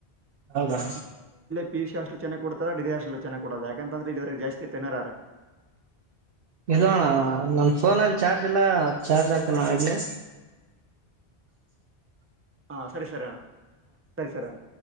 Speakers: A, on the right; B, on the right.
A: ಹೌದಾ.
B: ಪಿ ಯು ಸಿ ಹಾಸ್ಟೆಲ್ ಚೆನ್ನಾಗಿ ಕೊಡ್ತಾರ ಡಿಗ್ರಿ ಹಾಸ್ಟೆಲ್ದಾಗ ಚೆನ್ನಾಗಿ ಯಾಕಂತಂದ್ರ ಇದ್ರ ಜಾಸ್ತಿ ತಿನ್ನೋರು ಯಾರ.
A: ಇದು ನನ್ ಫೋನ ಅಲ್ಲಿ ಚಾರ್ಜ್ ಇಲ್ಲ ಚಾರ್ಜ್ ಆಗ್ತನಾ ಇಡ್ಲೆ.
B: ಹಾ ಸರಿ ಸರಿಯಣ್ಣ ಸರಿ ಸರಿಯಣ್ಣ.